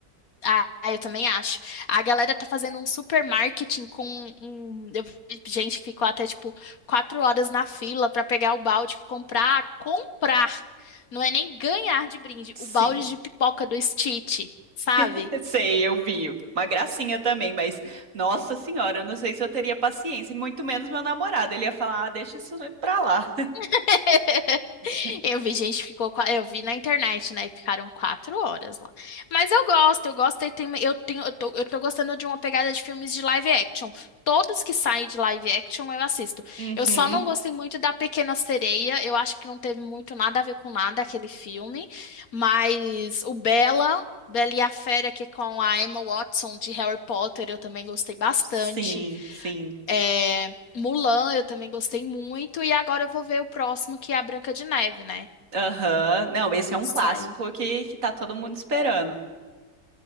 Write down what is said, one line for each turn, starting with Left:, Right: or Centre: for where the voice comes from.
Left: Ah, eu também acho. A galera tá fazendo um super marketing com um, eu vi gente que ficou até tipo quatro horas na fila pra pegar o balde, comprar, comprar. Não é nem ganhar de brinde,
Right: Sim,
Left: o balde de pipoca do Stitch, sabe?
Right: <laughs> sei, eu vi. Uma gracinha também, mas nossa senhora, eu não sei se eu teria paciência, e muito menos meu namorado. Ele ia falar, ah, deixa isso pra lá.
Left: <laughs>
Right: <laughs>
Left: Eu vi gente que ficou, qua- eu vi na internet, né, que ficaram quatro horas lá. Mas eu gosto, eu gosto, e tem- eu tenho, eu tô, eu tô gostando de uma pegada de filmes de live action. Todos que saem de live action eu assisto.
Right: Uhum.
Left: Eu só não gostei muito da Pequena Sereia, eu acho que não teve muito nada a ver com nada aquele filme, mas o Bela, Bela e a Fera, que é com a Emma Watson de Harry Potter, eu também gostei bastante.
Right: Sim, sim.
Left: É, Mulan, eu também gostei muito, e agora eu vou ver o próximo, que é a Branca de Neve, né?
Right: Aham. Não, esse
Left: Quando
Right: é um clássico
Left: sair.
Right: que, que tá todo mundo esperando.